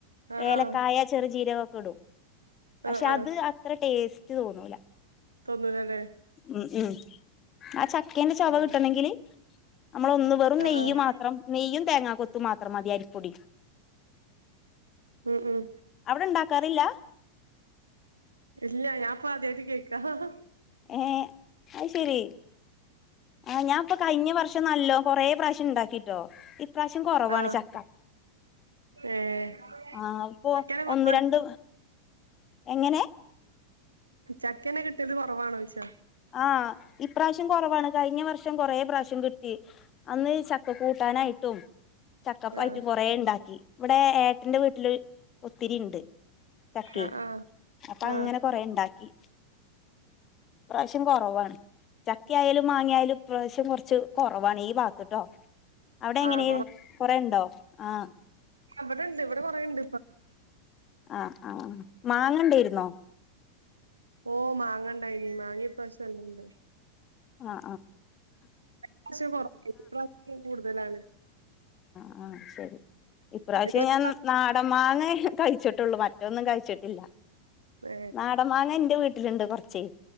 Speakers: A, on the right (about 75°); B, on the left (about 30°).
A: ആഹ്
B: ഏലക്കായ
A: ആഹ്
B: ചെറു ചെ.. ജീരകക്കൊടും പക്ഷേ
A: ആഹ് ആഹ്
B: അത് അത്ര ടെസ്.. റ്റ് തോന്നൂല
A: തിന്നൂലല്ലേ
B: ഉം ഉം അച്ച.. ചോയ
A: ആഹ്
B: കിട്ടണങ്കിൽ ഞമ്മള് ഒന്ന് വെറും
A: ആഹ്
B: നെയ്യ്
A: ആഹ്
B: മാത്രം നെയ്യും തേങ്ങാ കൊത്തും പ്പു മാത്രം മതി അരിപ്പൊടി
A: ഉം ഉം
B: അവ്ടെ ണ്ടാക്കാറില്ല
A: ഇല്ല ഞാനിപ്പ ആദ്യയിട്ട് കേൾക്ക ഹ ഹാ
B: ങ്‌ ങേ അത് ശരി അ ഞാപ്പം കഴിഞ്ഞ വർഷം നല്ലോ കൊറേ പ്രാവശ്യം ഉണ്ടാക്കി ട്ടോ ഇപ്രാവശ്യം കൊറവാണ്
A: ആഹ്
B: ചക്ക
A: ഏഹ്
B: ആ ഇപ്പൊ
A: ചക്കനെ കൊറവാ
B: ഒന്ന് രണ്ട് എങ്ങനെ
A: ചക്കനെ കിട്ടിയത് കുറവാണോ വിച്ചോ
B: ആഹ് ഇപ്രാവശ്യം കുറവാണ് കഴിഞ്ഞ വർഷം കൊറെ പ്രാവശ്യം കിട്ടി അന്ന് ചക്ക കൂട്ടാനായിട്ടും ചക്കപ്പായിട്ട്
A: ആഹ്
B: കൊറെ ഉണ്ടാക്കി ഇവിടെ ഏട്ടന്റെ വീട്ടില് ഒത്തിരി ഉണ്ട് ചക്കി
A: ആഹ് ആഹ്
B: അപ്പൊ അങ്ങനെ
A: ആഹ്
B: കൊറെ ഉണ്ടാക്കി ഇപ്രാവശ്യം കുറവാണ് ചക്കയാലും മാങ്ങിയയാലും ഇപ്രാവശ്യം കുറച്ച് കൊറവാണ് ഈ ഭാത്തട്ടോ അവിടെ എങ്ങനെ
A: ആഹ്
B: കൊറെണ്ടോ ആഹ
A: അവിടെ ഇണ്ട് ഇവിടെ പറയണ്ട് ഇപ്പ
B: ആഹ ആഹ മാങ്ങണ്ടായിരുന്നോ
A: ഓ മാങ്ങണ്ടായി നീ മാങ്ങിയ പ്രശ്നംല്ലാംണ്ട്
B: ആഹ
A: ഇപ്രാവശ്യം കൊറവാ ഇപ്രാവശ്യം കൂടുതലാണ്
B: ആഹ ഉ ഇപ്രാവശ്യം
A: അതിന്റെ ഒരു
B: ഞാൻന മാങ്ങേ കഴിച്ചിട്ടുള്ളൂ മറ്റൊന്നും കഴിച്ചിട്ടില്ല
A: ഏ
B: നാടമാങ്ങ എൻന്റെ വീട്ട ലു ണ്ട് കുറച്ച്